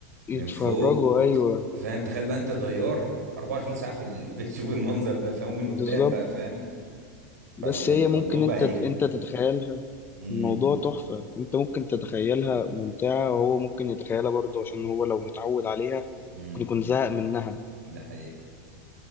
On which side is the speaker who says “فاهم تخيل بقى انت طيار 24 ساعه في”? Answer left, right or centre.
Right